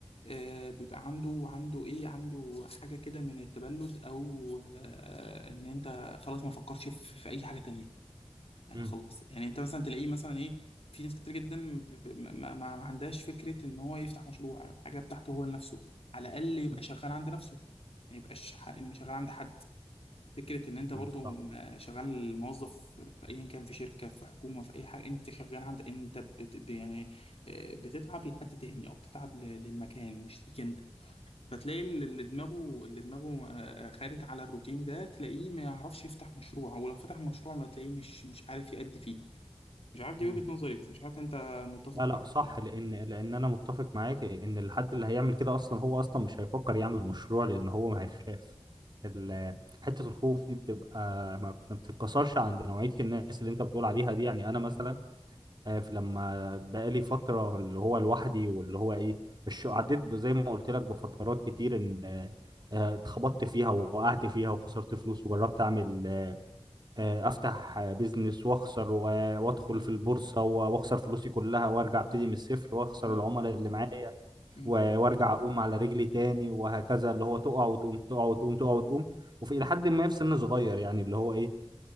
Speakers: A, on the left (about 75°); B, on the right (about 45°).
A: آه بيبقى عنده عنده ايه عنده حاجة كده من التبلد او آه ان انت خلاص ما فكرش في, في اي حاجة تانية انا
B: مم.
A: خلاص يعني انت مثلا تلاقيه مثلا ايه في ناس كتير جدا ب- ب- ما, ما ما عندهاش فكره ان هو يفتح مشروع حاجه بتاعته هو لنفسه على الاقل يبقى
B: مم.
A: شغال عند نفسه ما يبقاش ح- شغال عند حد فكره ان انت
B: مم.
A: برضو
B: صح
A: ما- شغال موظف في ايا كان في شركه في حكومه في اي حاجه انت شغال عند انت بت ب- يعني آه، بتتعب لحد تاني او بتتعب ل- للمكان مش ليك انت فتلاقي اللي اللي دماغه اللي دماغه آه، خارج على الروتين ده تلاقيه ما يعرفش يفتح مشروع ولو فتح مشروع ما تلاقيه مش مش عارف يأدي فيه مش عارف دي
B: مم.
A: وجهة نظري بس مش عارف انت متفق
B: لا لا
A: معاها
B: صح
A: ولا لا
B: لان لان انا متفق معاك ان الحد اللي هيعمل كده اصلا هو اصلا مش هيفكر يعمل مشروع لان هو ما هيخاف ال- حته الخوف دي بتبقى ما بت- ما بتتكسرش عند نوعيه الناس اللي انت بتقول عليها دي يعني انا مثلا
A: مم.
B: آه، في- لما بقالي فترة اللي هو لوحدي واللي هو ايه الش- عديت ب- زي ما قلت لك بفترات كتير ان آه، آه، اتخبطت فيها ووقعت فيها وخسرت فلوس وجربت اعمل آه، آه، افتح آه، بيزنس واخسر و- وادخل
A: مم.
B: في البورصة و- واخسر فلوسي كلها وارجع ابتدي
A: مم.
B: من الصفر واخسر
A: مم.
B: العملاء اللي معايا
A: مم.
B: و- وارجع اقوم على رجلي تاني وهكذا اللي هو تقع وتقوم تقع وتقوم تقع وتقوم وفي إلى حد ما في سن صغير يعني اللي هو ايه